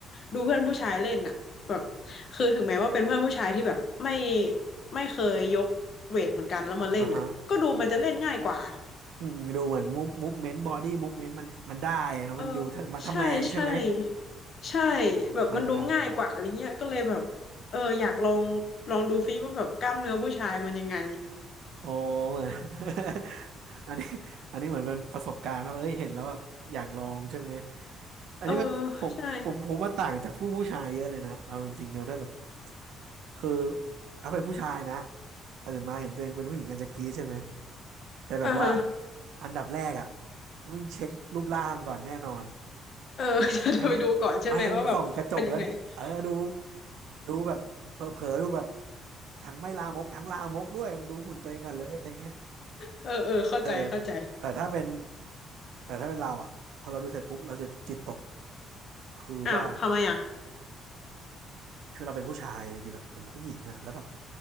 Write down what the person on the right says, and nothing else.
อ่ะฮะอืมอืมดูเหมือนมูฟมูฟเมนต์บอดี้มูฟเมนต์มันมันได้นะมันอยู่ถ้ามาทำแมงใช่ไหม
อ่าอ่า
โอ้เหมือน <laughs> อันนี้อันนี้เหมือนเป็นประสบการณ์ว่าเอ้ยเห็นแล้วแบบอยากลองใช่ไหมอันนี้มันผมผมผมว่าต่างจากผู้ผู้ชายเยอะเลยนะเอาจริงๆนะถ้าแบบ
คือถ้าเป็นผู้ชายนะตื่นมาเห็นตัวเองเป็นผู้หญิงอาจจะกรี๊ดใช่ไหมแต่แบบว่า
อันดับแรกอ่ะมึงเช็ครูปร่างก่อนแน่นอน
แม่ง
แม่งส่องกระจกแล้วเออดู
ดูแบบเผลอๆดูแบบทั้งไม่ลามกทั้งลามกด้วยมึงดูหุ่นตัวเองก่อนเลยอะไรเงี้ย
เออแต่ถ้าเป็นแต่ถ้าเป็นเราอ่ะพอเราดูเสร็จปุ๊บเราจะจิตตกคือว่า
คือเราเป็นผู้ชายอยู่ดีแบบเป็นผู้หญิงอะแล้วแบบ